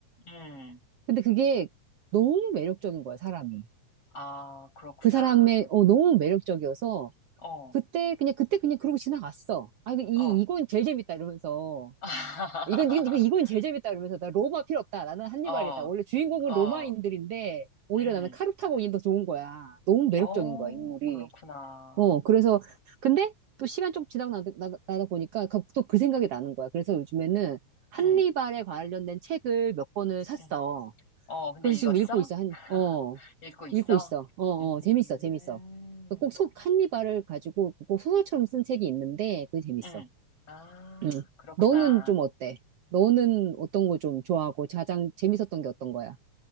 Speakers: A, on the left; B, on the right.
A: 음, 음.
B: 근데 그게 너무 매력적인 거야, 사람이.
A: 아, 그렇구나.
B: 그 사람의 어, 너무 매력적이어서
A: 어,
B: 그때 그냥 그때 그냥 그러고 지나갔어. 아, 이 이-
A: 어.
B: 이건 제일 재밌다 이러면서
A: <laughs>
B: 이건 이건 이건 이건 제일 재밌다 이러면서 나 로마 필요 없다. 나는 한니발이다.
A: 어,
B: 원래 주인공은
A: 어,
B: 로마인들인데 오히려
A: 음,
B: 나는 카르타고인이 더 좋은 거야. 너무 매력적인
A: 어,
B: 거야, 인물이.
A: 그렇구나.
B: 어, 그래서, 근데 또 시간 좀 지나고 나다, 나다- 나다 보니까 그, 또그 생각이 나는 거야. 그래서 요즘에는 한니발에
A: 음,
B: 관련된 책을 몇 권을 샀어.
A: 음. 어, 근데
B: 그래서
A: 읽었어?
B: 지금 읽고 있어. 한,
A: <laughs>
B: 어,
A: 읽고 있어?
B: 읽고 있어. 어, 어,
A: 음,
B: 재밌어, 재밌어. 그러니까 꼭속 한니발을 가지고 꼭 소설처럼 쓴 책이 있는데 그게 재밌어.
A: 음. 아,
B: 응.
A: 그렇구나.
B: 너는 좀 어때? 너는 어떤 거 좀 좋아하고 가장 재밌었던 게 어떤 거야?